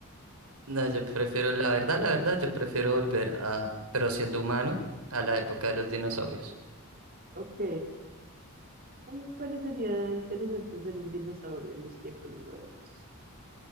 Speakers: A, on the right (about 80°); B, on the right (about 40°).
A: No, yo prefiero, la verdad, la verdad, yo prefiero volver a, pero siendo humano, a la época de los dinosaurios.
B: Ok, A mí me parecería interesante ser un dinosaurio en los tiempos modernos.